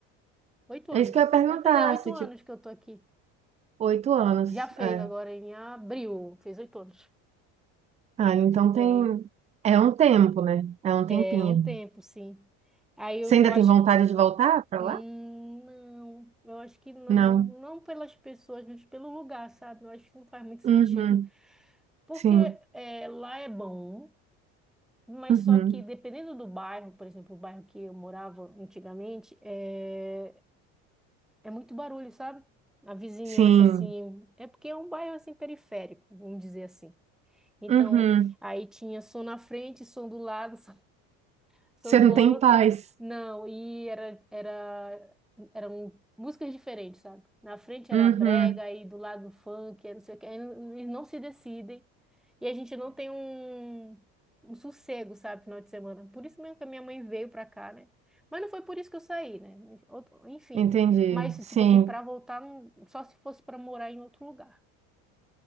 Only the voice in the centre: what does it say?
oito
anos.
Vai fazer oito
anos
que eu tô aqui.
Já fez
agora em abril, fez oito anos.
E
aí
é um tempo, sim. Aí eu
acho,
Hum,
não, eu acho que não.
Não pelas pessoas, mas pelo lugar, sabe? Eu acho que não faz muito sentido.
Porque
é, lá é bom, mas
só que dependendo do bairro, por exemplo, o bairro que eu morava antigamente, é, é muito barulho, sabe? A vizinhança,
assim. É porque é um bairro, assim, periférico, vamos dizer assim. Então,
aí tinha som na frente, som do lado, <laughs> São
do
outro.
Não, e era, era, eram músicas diferentes, sabe? Na frente era
brega, aí do lado funk, aí não sei o que. Eles não se decidem. E a gente não tem um, um sossego, sabe, final de semana. Por isso mesmo que a minha mãe veio pra cá, né? Mas não foi por isso que eu saí, né? Outro- Enfim.
Mas,
tipo assim, pra voltar, não- só se fosse pra morar em outro lugar.